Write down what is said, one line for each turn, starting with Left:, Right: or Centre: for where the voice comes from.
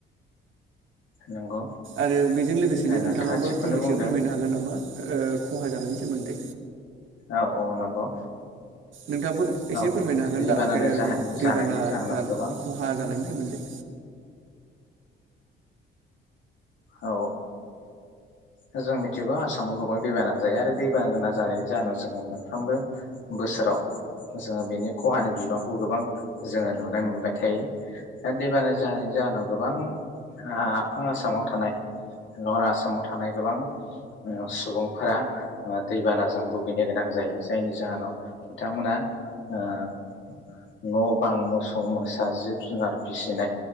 Left: नंगौ
Right: आरो बेजों लोगोसेनो नोंथाङाबो
Left: नोंथाङा थिगखौनो
Right: फंनैसो
Left: बुंदों
Right: फोरमायनो हागोन नामा? ओ खहा जानायनि सोमोन्दै।
Left: औ औ नंगौ।
Right: नोंथाङाबो एसे
Left: औ
Right: फोरमायनो हागोन
Left: दैबानानो
Right: दा ओ
Left: जाहोननि जानायनि
Right: दैबाना
Left: जाहोनाव
Right: जा
Left: गोबां
Right: खहा जानायनि। सोमोन्दै।
Left: औ औ जों मिथिगौ आसामाव गोबां दैबाना जायो आरो दैबाना जानायनि जाहोनाव जोङो मोनफ्रोमबो बोसोराव जोङो बेनि खहानि बिबांखौ गोबां जोङो नुनो मोनबाय थायो आरो दैबाना जानायनि जाहोनाव गोबां आफां आसामाव थानाय लवार आसामाव थानाय गोबां सुबुंफोरा ओ दैबानाजों भुगैनो गोनां जायो जायनि जाहोनाव बिथांमोना ओ न' बां मोसौ मोसा जिब जुनार फिसिनाय